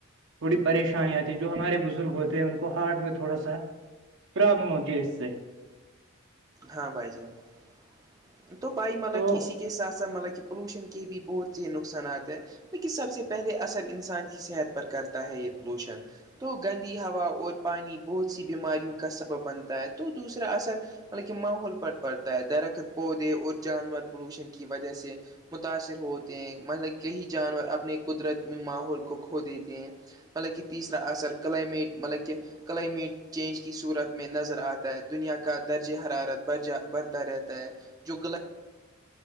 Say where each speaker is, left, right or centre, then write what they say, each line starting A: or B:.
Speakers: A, on the right; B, on the right.
A: تھوڑی پریشانی آتی ہے جو ہمارے بزرگ ہوتے ہیں ان کو ہارڈ میں تھوڑا سا پروابلم ہوتی ہے اس سے
B: ہاں بائی جان تو بائی مل
A: تو
B: اسی کے ساتھ ساتھ مطلب کہ پولوشن کے بھی بہت سے نقصانات ہیں لیکن سب سے پہلے اثر انسان کی صحت پر کرتا ہے یہ پولوشن تو گندی ہوا اور پانی بہت سی بیماریوں کا سبب بنتا ہے تو دوسرا اثر ملک ماحول پر پڑتا ہے درخت پودے اور جانور پولوشن کی وجہ سے متاثر ہوتے ہیں مطلب کئی جانور اپنے قدرت میں ماحول کو کھو دیتے ہیں مطلب کہ تیسرا اثر کلمیٹ مطلب کہ کلائمیٹ چینج کی صورت میں نظر آتا ہے دنیا کا درجے حرارت بر جا برتا رہتا ہے جو گلا